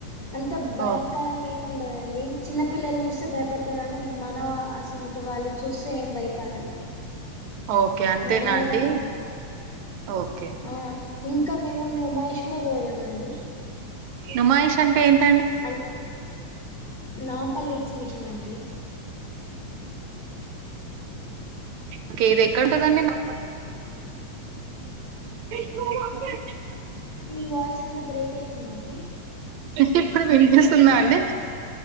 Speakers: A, on the left (about 80°); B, on the right (about 80°).
A: అంత భయంకరంగా
B: ఓ
A: ఏం ముండదండి చిన్న పిల్లలు చూస్తే భయపడుతరు కానీ మన సొంటి వాళ్ళు చూస్తే ఏం భయపడను.
B: ఓకే అంతేనా
A: నార్మల్
B: అండి
A: గానే ఉంటది.
B: ఓకే
A: ఆ ఇంకా మేము ను మహేష్ కూడా పోయామండి.
B: నుమయిష్ అంటే ఎంత
A: అంట్ నాంపల్లి ఎక్సిమిషన్ అండి.
B: ఓకే ఇది ఎక్కడుంటదిఅండి నాంపల్లి <unintelligible>
A: మీ వాయిస్ అంత బ్రేక్ అవుతుందండి.
B: మీకిప్పుడు వినిపిస్తుందా అండి.